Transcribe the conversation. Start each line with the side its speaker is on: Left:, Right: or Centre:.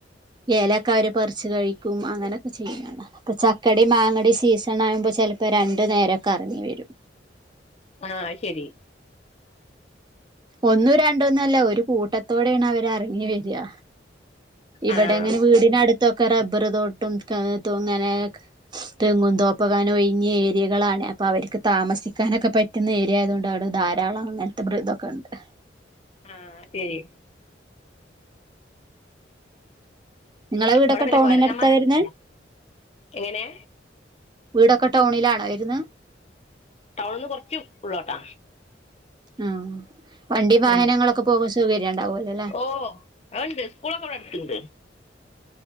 Right: എലൊക്കെ അവര് പറിച്ച് കഴിക്കും അങ്ങനെയൊക്കെ ചെയ്യുന്നാണ് അപ്പൊ ചക്കടി മാങ്ങടി സീസൺ ആകുമ്പോ ചെലപ്പോ രണ്ടു നേരൊക്കെ അറങ്ങി വരും
Left: ആഹ് അയ്ശരി
Right: ഒന്നും രണ്ടൊന്നും അല്ല ഒരു കൂട്ടത്തോടെയാണ് അവര്റങ്ങി വര ഇവിടെ
Left: ആഹ്
Right: എങ്ങനെ വീടിനടുത്തൊക്കെ റബ്ബർ തോട്ടും ങ്ങനെ തെങ്ങും തോ പ്പകാനോ ഒഴിഞ്ഞ ഏരിയകളാണെ അപ്പ അവർക്ക് താമസിക്കാനൊക്കെ പറ്റുന്ന ഏരിയായതോണ്ട് അവിടെ ധാരാളം നെ മറ്റ പ്ര ഇതൊക്കെ ഉണ്ട്
Left: ആഹ് ശരി
Right: നിങ്ങളെ വീടൊക്കെ
Left: ഇവിടെ പിന്നെ
Right: ടൗണിനടുത്താ
Left: കൊരങ്ങന്മാരൊന്നുല്ല
Right: വരുന്നെ
Left: എങ്ങനെ
Right: വീടൊക്കെ ടൗണിലാണോ വരുന്ന
Left: ടൗണ് ന്ന് കുറച്ച് ഉള്ളോട്ടാ
Right: ആഹ് വണ്ടി വാഹനങ്ങളൊക്കെ
Left: ഉം
Right: പോകു സൗകര്യം ഉണ്ടാവല്ലോല്ലേ
Left: ഓ അത്ണ്ട് സ്കൂളൊക്കെ ഇവിടെ അടുത്തുണ്ട്